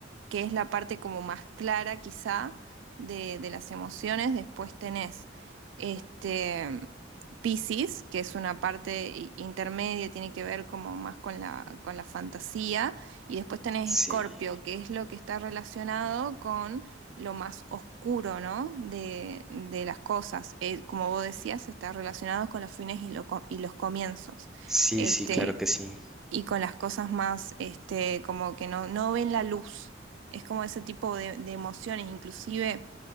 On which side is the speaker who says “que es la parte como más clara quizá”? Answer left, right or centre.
Right